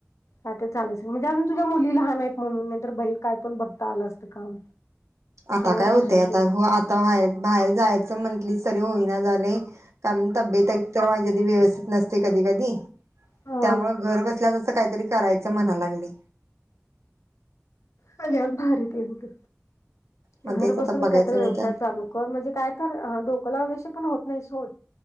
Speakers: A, on the left; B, on the right.
A: आता चालाय म्हणजे अजून तुझ्या मुली लहान आहेत म्हणून, नाही तर बहेर काय पण बघता आलं असतं काम.
B: आता
A: तवर
B: काय
A: घरात
B: होतय आता
A: बसून
B: हो आता बाहेर जायचं म्हटलीस तरी होई ना झाले कारण, तब्येत एक तर माझी अगदी व्यवस्थित नसते. कधी कधी.
A: हा
B: त्यामुळं घर बसल्या काहीतरी करायचं म्हणा लागले.
A: <unintelligible> भारतीय होतं.
B: मग
A: घर
B: तेच
A: बसूनच
B: आता बघायचं
A: कायतर व्यवसाय
B: नाही तर
A: चालू कर, म्हणजे काय तर अ डोकं लावल्या शिवा त्यातण पण होत नाही सोड,